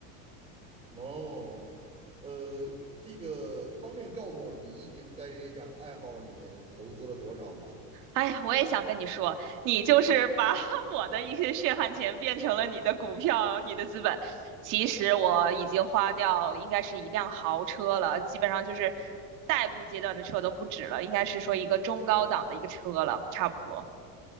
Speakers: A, on the right; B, on the right.
A: 哦，呃，这个方便告诉我你已经在这项爱好里面投资了多少吗？
B: 哎呀，我也想跟你说，你就是把 <laughs> 我的一些血汗钱变成了你的股票、你的资本。其实我已经花掉应该是一辆豪车了，基本上就是代步阶段的车都不止了，应该是说一个中高档的一个车了，差不多。